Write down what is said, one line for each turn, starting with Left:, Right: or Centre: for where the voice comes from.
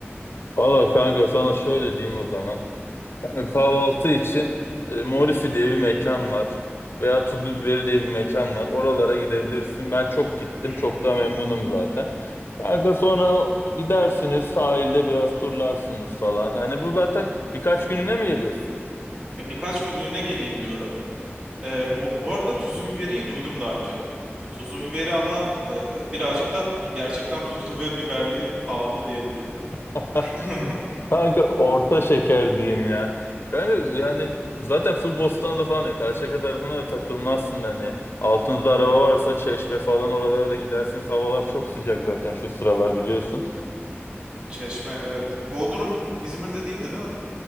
Left: Valla kanka sana şöyle diyeyim o zaman. Yani kahvaltı için e, Morisi diye bir mekan var. Veya Tuzlu Biberi diye bir mekan var. Oralara gidebilirsin. Ben çok gittim.
Right: Hmm.
Left: Çok da memnunum zaten. Kanka sonra gidersiniz sahilde biraz turlarsınız falan. Hani bu zaten birkaç gününe mi geliyorsun?
Right: Ya birkaç günlüğüne geleyim diyorum. Ee, mu- bu arada tuzu biberi duydum daha önce. Tuzu biberi ama e, birazcık da gerçekten tuzlu ve biberli pahalı diye duydum.
Left: <laughs>
Right: <laughs>
Left: Kanka orta şeker diyeyim ya. Kanka yani zaten full Bostan'da falan ya Karşıyaka tarafına da takılmazsın hani. Altınızda araba varsa Çeşme falan oralara da gidersiniz. Havalar çok sıcak zaten şu sıralar biliyorsun.
Right: Çeşme evet. Bodrum İzmir'de değildi değil mi?